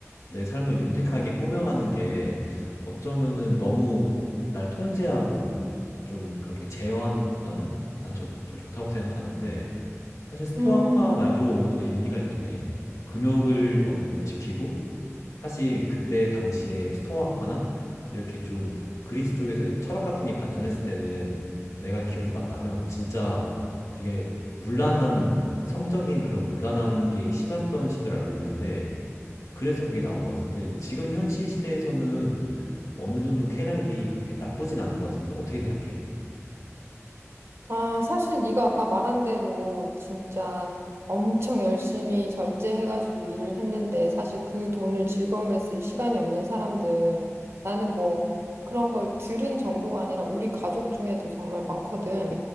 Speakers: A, on the left; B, on the right.
A: 내 삶을 윤택하게 꾸며가는 게 어쩌면은 너무 날 통제하고 좀 그렇게 제어하는 것보다는 난 저, 더 좋다고 생각하는데 사실 스토아파
B: 음.
A: 말도 어느 정도 일리가 있긴 해. 금욕을 어느 정도 지키고 사실 그때 당시에 스토아파나 이렇게 좀 그리스 쪽에서 철학 같은 게 발전했을 때는 내가 기억이 맞다면 진짜 되게 문란한 성적인 그런 문란한 게 심했던 시대를 알고 있는데 그래서 그게 나온 것 같은데 지금 현실 시대에서는 어느 정도 쾌락이 그렇게 나쁘진 않은 것 같은데 어떻게 생각해?
B: 아, 사실 네가 아까 말한 대로 진짜 엄청 열심히 절제해가지고 일을 했는데 사실 그 돈을 즐거움에 쓸 시간이 없는 사람들 나는 뭐 그런 걸 들은 정도가 아니라 우리 가족 중에도 정말 많거든.